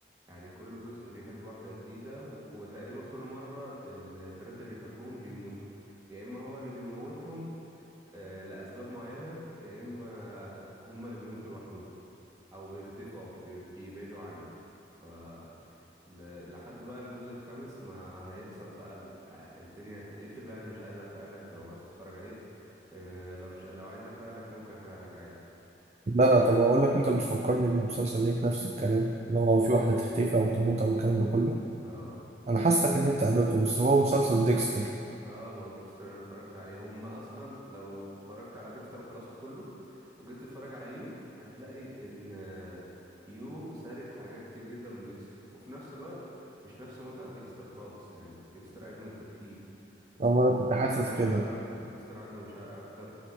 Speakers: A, on the right; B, on the right.
A: يعني كل جزء بيحب واحدة جديدة وتقريبا كل مرة ال- البنات اللي بيحبهم بيموتوا يا اما هو اللي بيموتهم آه، لأسباب معينة يا اما هما اللي بيموتوا لوحدهم او بيختفوا او بي- بيبعدوا عنه ف ل- لحد بقى الجزء الخامس ما هيحصل بقى ال- الدنيا هتتقفل بقى يعني مش عايز احرق لك لو عايز تتفرج عليه أه لو مش لو عايز نحرق لك ممكن احرق لك عادي
B: لا لا طب اقول لك انت بتفكرني بالمسلسل ليك نفس الكلام لو هو في واحده تختفي او تموت او الكلام ده كله
A: اه
B: انا حاسسك ان انت حضرته بس هو مسلسل ديكستر
A: اه ما هو ديكستر انا اتفرجت عليه هم اصلا لو اتفرجت على ديكستر وخلصته كله وجيت تتفرج على يو هتلاقي ان آه، يو سارق حاجات كتير جدا من ديكستر وفي نفس الوقت مش نفس متعة ديكستر خالص يعني ديكستر اجمد بكتير ديكستر
B: طب انا كنت حاسس
A: عنده مشاعر
B: كده
A: اكتر ديكستر عنده مشاعر اكتر